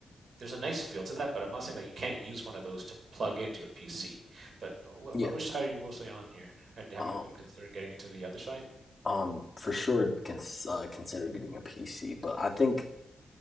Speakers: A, on the right; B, on the left.
A: there's a nice feel to that. But I'm not saying that you can't use one of those to plug into a PC. But wh
B: Yeah.
A: wh which side are you mostly on here? And have
B: Um.
A: you been considering getting into the other side?
B: Um. For sure, cons uh, consider getting a PC, but I think